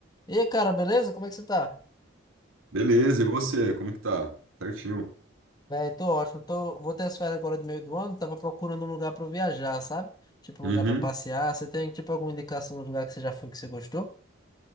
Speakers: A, on the left (about 20°); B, on the right (about 85°).
A: E aí, cara, beleza? Como é que você tá?
B: Beleza, e você, como que tá? Certinho.
A: Véi, tô ótimo. Tô... Vou ter as férias agora de meio do ano. Tava procurando um lugar pra eu viajar, sabe? Tipo,
B: Uhum.
A: um lugar pra passear. Você tem, tipo, alguma indicação de lugar que você já foi que você gostou?